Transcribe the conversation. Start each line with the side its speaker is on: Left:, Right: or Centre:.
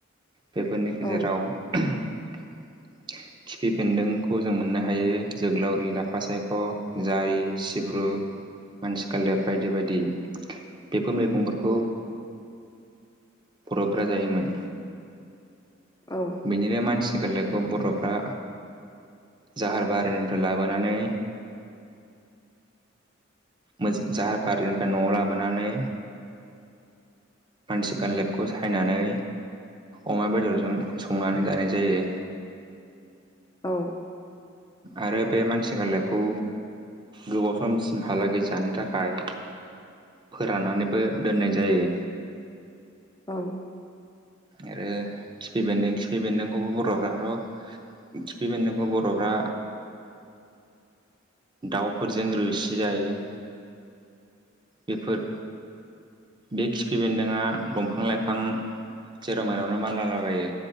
Right: बेफोरनि गेजेराव
Left: औ
Right: <unintelligible>
Left: <inaudible>
Right: खिफि बेेन्दोंखौ जों मोननो हायो जोगलावरि लाफा सायख' जारि सिब्रु मानसि खालेब बायदि बायदि बेफोर मैगंफोर बर'फ्रा जायोमोन।
Left: औ
Right: बिनिफाय मानसि गोरलैखौ बर'फ्रा जाहार बारिनिफ्राय लाबोनानै मोज जाहार फारिनिफाय न'आव लाबोनानै माथि गालदेबखौ सायनानै अमा बेदरजों संनानै जानाय जायो।
Left: औ
Right: आरो बे मानसि गालदेबखौ गोबाव समसिमहालागै जानो थाखाय फोराननानैबो दोननाय जायो।
Left: औ
Right: आरो खिफि बेन्दों खिफि बेन्दोंखौबो बर'फ्राथ' खिफि बेनदोंखौ बर'फ्रा दाउफोरजों रोसि जायो। बेफोर बे खिफि बेन्दोंआ दंफां लाइफां जेराव मेरावनो मानलालाबायो।